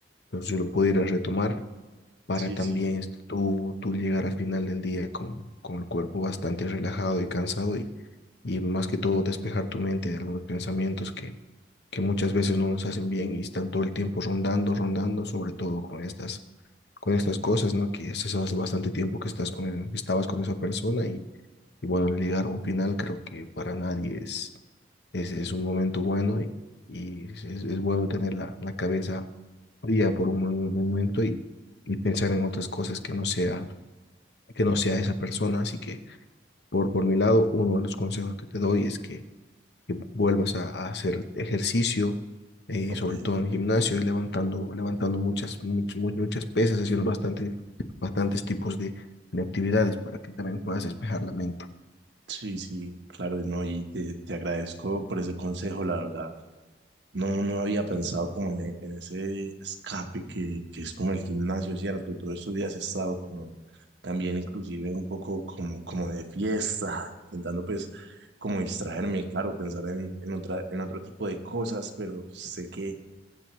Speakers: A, on the left; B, on the right.
A: pues, yo lo pudiera retomar para
B: Sí,
A: también
B: sí.
A: este, tú, tú llegar al final del día con, con el cuerpo bastante relajado y cansado y, y más que todo despejar tu mente de algunos pensamientos que, que muchas veces no nos hacen bien y están todo el tiempo rondando, rondando, sobre todo con estas, con estas cosas, ¿no? Que es eso hace bastante tiempo que estás con, estabas con esa persona y, y bueno, al llegar a un final creo que para nadie es es, es un momento bueno y, y es, es- bueno tener la, la cabeza fría por un, mo- un momento y, y pensar en otras cosas que no sea, que no sea esa persona. Así que por, por mi lado, uno de los consejos que te doy es que, que vuelvas a, a hacer ejercicio, eh,
B: ok,
A: sobre todo en el gimnasio, y levantando, levantando muchas, much- mu- muchas pesas, haciendo bastante, bastantes tipos de, de actividades para que también puedas despejar la mente.
B: sí, sí, claro, no, y te, te agradezco por ese consejo, la verdad. No, no había pensado como en, e- en ese escape que, que es como el gimnasio, ¿cierto? Y todos estos días he estado como también inclusive un poco como, como de fiesta, intentando pues como distraerme, claro, pensar en, en otra, en otro tipo de cosas, pero pues, sé que